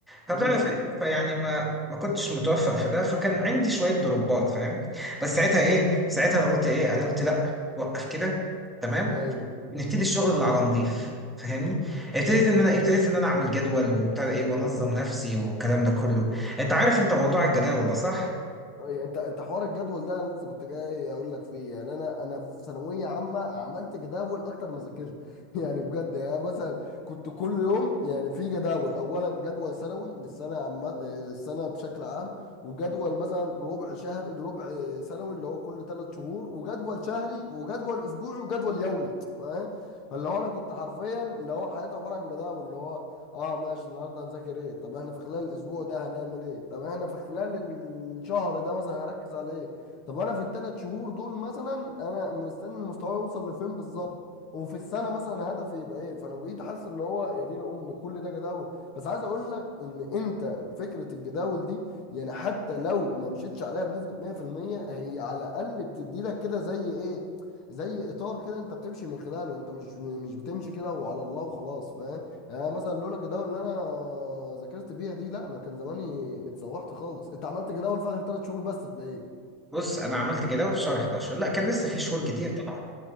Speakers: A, in the centre; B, on the left.
A: فبتاع
B: امم
A: ف- فيعني ما ما كنتش متوفق في ده فكان عندي شويه ضربات فاهم بس ساعتها ايه ساعتها انا قلت ايه انا قلت لا وقف كده تمام
B: ايوه
A: نبتدي الشغل اللي على نظيف فاهمني ابتديت ان انا ابتديت ان انا اعمل جدول وبتاع ده ايه وانظم نفسي والكلام ده كله انت عارف انت موضوع الجداول ده صح
B: يعني انت انت حوار الجدول ده انا لسه كنت جاي اقول لك فيه يعني انا انا في ثانويه عامه عملت جداول اكتر ما ذاكرت <laughs> يعني بجد يعني انا مثلا كنت كل يوم يعني في جداول اولا جدول سنوي للسنه عم آه، للسنه بشكل عام وجدول مثلا ربع شهر ربع سنوي اللي هو كل ثلاث شهور وجدول شهري وجدول اسبوعي وجدول يومي فاهم فاللي هو انا كنت حرفيا اللي هو حياتي عباره عن جداول اللي هو اه ماشي النهارده هنذاكر ايه طب احنا في خلال الاسبوع ده هنعمل ايه طب احنا في خلال الشهر ده مثلا هركز على ايه طب انا في الثلاث شهور دول مثلا انا مستني مستواي يوصل لفين بالظبط وفي السنه مثلا هدفي يبقى ايه فانا بقيت حاسس اللي هو يا دين ام كل ده جداول بس عايز اقول لك ان انت فكره الجداول دي يعني حتى لو ما مشيتش عليها بنسبه 100% هي على الاقل بتدي لك كده زي ايه زي اطار كده انت بتمشي من خلاله انت مش مش بتمشي كده وعلى الله وخلاص فاهم يعني مثلا لولا الجداول اللي انا ذاكرت بيها دي لا انا كان زماني اتسوحت خالص انت عملت جداول في اخر ثلاث شهور بس تلاقيه
A: بص انا عملت جداول في شهر 11 لا كان لسه في شهور
B: امم
A: كتير طبعا